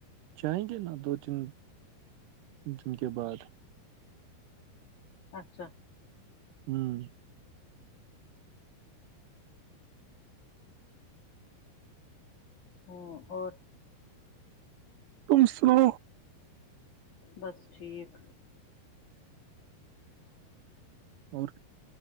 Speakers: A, on the right; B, on the left.
A: جائیں گے نا دو تین دن کے بعد
B: اچھا
A: ہوں
B: ہمم اور
A: تم سنو
B: بس ٹھیک
A: اور